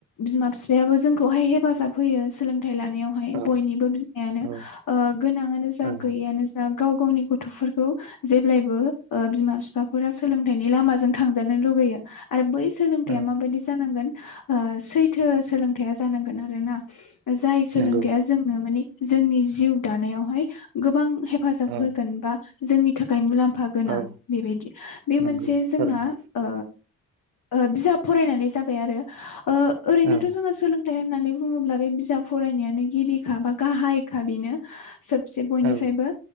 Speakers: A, on the left; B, on the right.
A: बिमा फिफ फायाबो जोंखौहाय हेफाजाब होयो सोलों थाइ लानायावहाय
B: औ
A: बयनिबो बिमायानो
B: औ
A: ओ गोनाङानो जा
B: औ
A: गैयियानो जा गाव गावनि गथफोरखौ जेब्लायबो ओ बिमा फिफाफोरा सोलोंथाइनि लामाजों थांजानो लुुबैयो आरो बै सोलोंथाइआ
B: औ
A: माबायदि जानांगोन ओ सैथो सोलोंथाइया जानांगोन आरोना‌। जाय सोलोंथाइया
B: नंगौ
A: जोंनो मानि जोंनि जिउ दानायावहाय गोबां हेफाजाब
B: औ
A: हो। जोंनि थाखाय मुलाम फा गोनां
B: औ
A: बेबायदि बे
B: नंगौ
A: मोनसे जोंना
B: थारैनो
A: ओ ओ बिजाब फरायनानै जाबाय आरो। ओ ओरैनोथ
B: औ
A: जोङो सोलों। थाय होननानै बुङोब्ला बे बिजाब फरायनायानो गिबिखा बा गाहायखा बेनो। सबसे बयनिफ्रायबो
B: औ